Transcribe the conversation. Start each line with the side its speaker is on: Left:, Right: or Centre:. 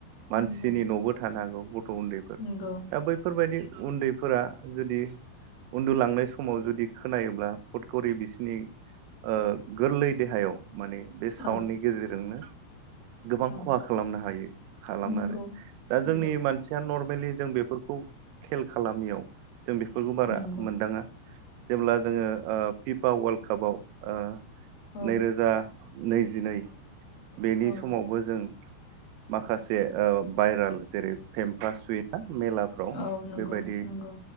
Right: मानसिनि
Left: नंगौ
Right: न'बो थानो हागौ गथ' उन्दैफोर
Left: नंगौ
Right: दा बैफोरबायदि उन्दैफोरा जुदि उन्दुलांनाय समाव जुदि खोनायोब्ला फथखरि बिसिनि ओ गोरलै देहायाव माने बे साउन्डनि
Left: औ
Right: गेजेरजोंनो गोबां
Left: औ
Right: खहा खालामनो हायो खालामो
Left: नंगौ
Right: आरो दा
Left: नंगौ
Right: जोंनि मानसि नर्मेलि जों बेफोरखौ खेल खालामियाव जों बेफोरखौ बारा
Left: नंगौ
Right: मोनदाङा जेब्ला जोङो ओ फिफा वार्ल्ड कापाव ओ
Left: औ
Right: नैरोजा नैजिनै बेनि
Left: औ
Right: समावबो जों माखासे ओ भायराल जेरै फेम्फा सुयो ना मेलाफ्राव
Left: औ नंगौ
Right: बेबायदि
Left: नंगौ